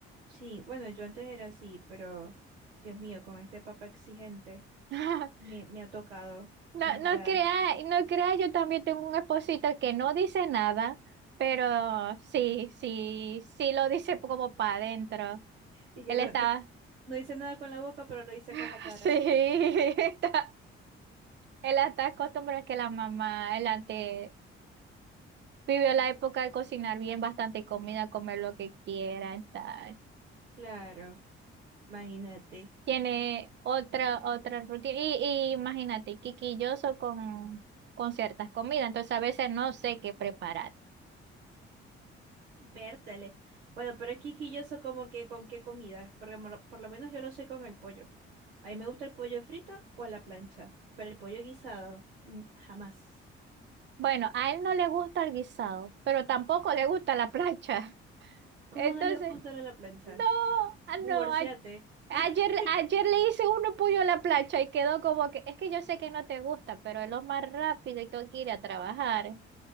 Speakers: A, on the right (about 80°); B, on the right (about 35°).
A: sí, bueno, yo antes era así, pero Dios mío, con este papá exigente
B: <laughs>
A: me, me ha tocado
B: No,
A: mejorar.
B: no creas, no creas, yo también tengo un esposito que no dice nada, pero sí, sí, sí lo dice como para adentro.
A: Y que
B: Él
A: no,
B: está,
A: no, no hice nada con la boca, pero lo hice
B: <laughs>
A: con la cara.
B: sí, está, él está acostumbrado a que la mamá, él antes Vivió la época de cocinar bien, bastante comida, comer lo que quieran, tal.
A: Claro, imagínate.
B: Tiene otra, otra rutina. Y, y imagínate, quisquilloso con, con ciertas comidas. Entonces a veces no sé qué preparar.
A: Vértale. Bueno, pero es quisquilloso como que con qué comida. Porque por lo por lo menos yo lo soy con el pollo. A mí me gusta el pollo frito o a la plancha, pero el pollo guisado, mm, jamás.
B: Bueno, a él no le gusta el guisado, pero tampoco le gusta la plancha. <laughs>
A: ¿Cómo
B: Entonces,
A: no le va a gustar a la plancha?
B: no, ah,
A: Divorciate.
B: no. a-
A: <laughs>
B: Ayer, ayer le hice uno pollo a la plancha y quedó como que, es que yo sé que no te gusta, pero es lo más rápido y tengo que ir a trabajar.